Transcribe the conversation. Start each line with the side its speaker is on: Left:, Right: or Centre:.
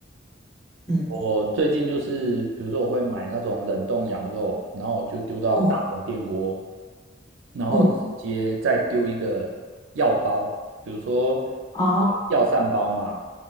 Left: 嗯，
Right: 我最近就是，比如说我会买那种冷冻羊肉，然后就丢到大同电锅，
Left: 哦，
Right: 然后直接再丢一个药包，
Left: 哦。
Right: 比如说
Left: 啊，
Right: 药膳包嘛，